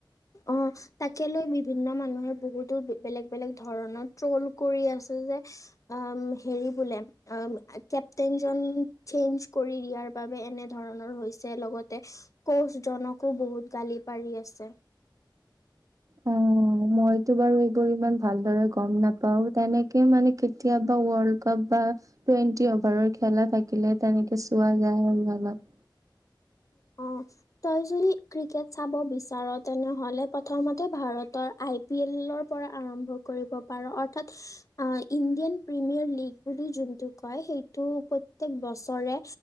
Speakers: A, on the left (about 40°); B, on the right (about 40°).
A: অ তাকে লৈ বিভিন্ন মানুহে বহুতো বেলেগ বেলেগ ধৰণৰ ট্ৰল কৰি আছে। যে হেৰি বোলে অ কেপ্টেইনজন চেঞ্জ কৰি দিয়াৰ বাবে এনেধৰণৰ হৈছে। লগতে কোচজনকো বহুত গালি পাৰি আছে।
B: অ। মইতো বাৰু এইবোৰ ইমান ভালদৰে গম নাপাও। তেনেকে মানে কেতিয়াবা ৱৰ্ল্ড কাপ বা টুৱেণ্টি অভাৰৰ খেলা থাকিলে তেনেকে চোৱা যায় অলপ।
A: অ তই যদি ক্ৰিকেট চাব বিচাৰ তেনেহলে প্ৰথমতে ভাৰত আই পি এলৰ পৰা আৰম্ভ কৰিব পাৰ। অৰ্থাৎ ইণ্ডিয়ান প্ৰিমিয়াৰ লীগ। যোনটো কয় সেইটো প্ৰতেক বছৰে